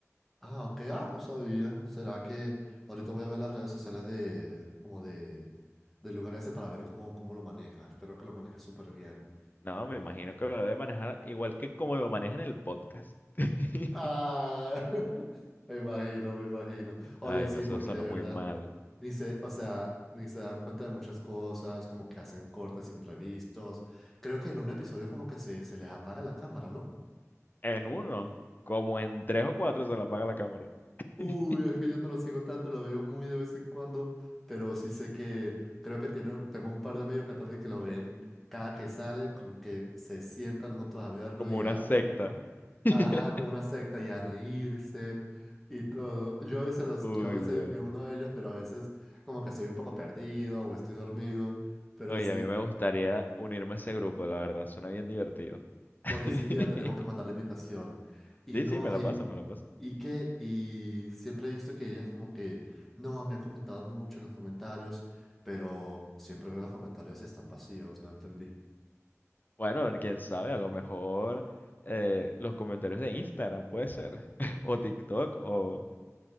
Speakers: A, in the centre; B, on the left (about 35°).
A: Ah, ok, ah, no sabía. ¿Será que ahorita voy a ver las redes sociales de, como de, del lugar ese para ver cómo, cómo lo maneja? Espero que lo maneje súper bien.
B: No, me imagino que lo debe manejar igual que como lo maneja en el podcast. <laughs>
A: Ah, <laughs> me imagino, me imagino. Oye,
B: Ay,
A: sí,
B: no, eso
A: porque
B: sonó
A: de verdad.
B: muy mal.
A: Ni se, o sea, ni se dan cuenta de muchas cosas, como que hacen cortes imprevistos. Creo que en un episodio como que se, se les apaga la cámara, ¿no?
B: En uno, como en tres o cuatro se la apaga la cámara.
A: Uy,
B: <laughs>
A: es que yo no lo sigo tanto, lo veo muy de vez en cuando, pero sí sé que creo que tiene, tengo un par de amigos que también que lo ven cada que sale, como que se sientan juntos a verlo
B: Como
A: y
B: una
A: a,
B: secta. <laughs>
A: ajá, como una secta y a reírse y todo. Yo a veces los,
B: Uy,
A: yo a veces
B: Dios.
A: me uno a ellos, pero a veces como que estoy un poco perdido o estoy dormido, pero
B: Oye,
A: sí.
B: a mí me gustaría unirme a ese grupo, la verdad, suena bien divertido. <laughs>
A: Oye, sí, mira, te tengo que mandar la invitación. Y
B: Sí,
A: no,
B: sí, me la
A: y,
B: paso, me la paso.
A: y qué, y siempre he visto que ellas como que, no, me han comentado mucho en los comentarios, pero siempre veo los comentarios y están vacíos, no entendí.
B: Bueno, quién sabe, a lo mejor eh, los comentarios de Instagram puede ser, <laughs> o TikTok, o,